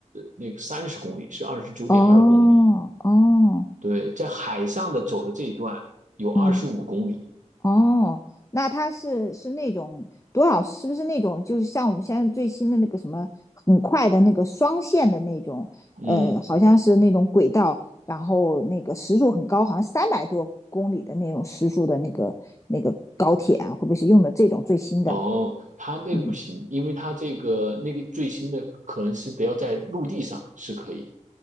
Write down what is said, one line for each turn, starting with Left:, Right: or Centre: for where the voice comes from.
Right: 那个三十公里，是二十九点二公里。
Left: 哦哦，
Right: 对，在海上的走的这一段有二十五公里。
Left: 嗯。哦，那它是是那种多少？是不是那种就是像我们现在最新的那个什么很快的那个双线的那种，
Right: 嗯，
Left: 呃，好像是那种轨道，然后那个时速很高，好像三百多公里的那种时速的那个那个高铁啊，会不会是用的这种最新的？
Right: 哦，它那个不行，
Left: 嗯
Right: 因为它这个那个最新的可能是得要在陆地上是可以。